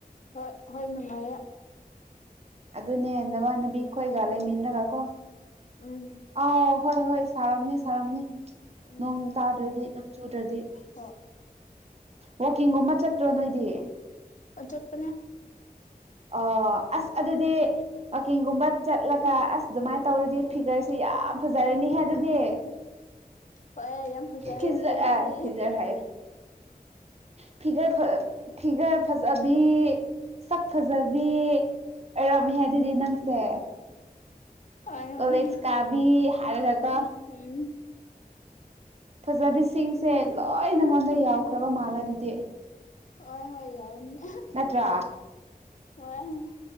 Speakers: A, on the left; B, on the right.
A: ꯍꯣꯏ ꯍꯣꯏ ꯅꯨꯡꯉꯥꯏꯔꯦ
B: ꯑꯗꯨꯅꯦ ꯅꯃꯤꯟꯅꯕꯤ ꯈꯣꯏꯒ ꯂꯩꯃꯤꯟꯅꯔꯒ ꯀꯣ
A: ꯎꯝ
B: ꯑꯥꯎ ꯍꯣꯏ ꯍꯣꯏ ꯁꯥꯔꯝꯅꯤ ꯁꯥꯔꯝꯅꯤ
A: ꯎꯝ
B: ꯅꯣꯡ ꯇꯥꯗ꯭ꯔꯗꯤ ꯅꯣꯡ ꯆꯨꯗ꯭ꯔꯗꯤ
A: ꯍꯣꯏ
B: ꯋꯥꯛꯀꯤꯡꯒꯨꯝꯕ ꯆꯠꯇ꯭ꯔꯣ ꯅꯣꯏꯗꯤ
A: ꯑꯣ ꯆꯠꯄꯅꯦ
B: ꯑ ꯑꯁ ꯑꯗꯨꯗꯤ ꯋꯥꯛꯀꯤꯡꯒꯨꯝꯕ ꯆꯠꯂꯒ ꯑꯁ ꯑꯗꯨꯃꯥꯏꯅ ꯇꯧꯔꯗꯤ ꯐꯤꯒꯔꯁꯤ ꯌꯥꯝ ꯐꯖꯔꯅꯤꯍꯦ ꯑꯗꯨꯗꯤ
A: ꯍꯣꯏ ꯌꯥꯝ ꯐꯖꯔꯦ
B: ꯐꯤꯖꯔ
A: ꯑꯩꯈꯣꯏꯒꯤꯗꯤ
B: ꯑ ꯐꯤꯖꯔ ꯍꯥꯏꯌꯦ ꯐꯤꯒꯔ ꯐꯤꯒꯔ ꯐꯖꯕꯤ ꯁꯛ ꯐꯖꯕꯤ ꯑꯣꯏꯔꯝꯃꯦ ꯑꯗꯨꯗꯤ ꯅꯪꯁꯦ
A: ꯍꯣꯏ
B: ꯀꯣꯂꯦꯖ
A: ꯍꯣꯏ
B: ꯀꯥꯕꯤ ꯍꯥꯏꯔ ꯒꯣ
A: ꯎꯝ
B: ꯐꯖꯕꯤꯁꯤꯡꯁꯦ
A: ꯎꯝ
B: ꯂꯣꯏ ꯅꯪꯉꯣꯟꯗ ꯌꯥꯎꯈ꯭ꯔꯕ ꯃꯥꯜꯂꯦ ꯑꯗꯨꯗꯤ
A: ꯍꯣꯢ ꯍꯣꯏ ꯌꯥꯎꯅꯤ
B: ꯅꯠꯇ꯭ꯔꯥ
A: ꯍꯣꯢ